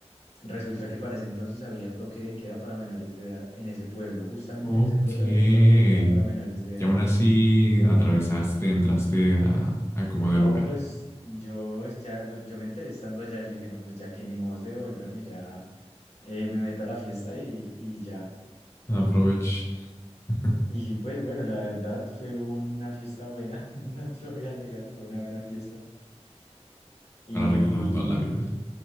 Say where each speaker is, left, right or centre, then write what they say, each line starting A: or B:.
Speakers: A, on the left; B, on the left.
A: resulta que para ese entonces había toque de queda para menores de edad en ese pueblo, justamente
B: Ok.
A: en ese pueblo
B: Y
A: había toque de queda para menores de edad.
B: aún así atravesaste, entraste a, a como
A: No,
B: del lugar.
A: pues yo pues, ya, pues yo me enteré estando allá, yo dije, no, pues ya que ni modo de devolverme, ya eh, me meto a la fiesta y, y ya.
B: Aprovecha <laughs>
A: Y pues bueno, la verdad fue una fiesta buena, <laughs> no te lo voy a negar, fue una buena fiesta. Y
B: para recordar toda la vida.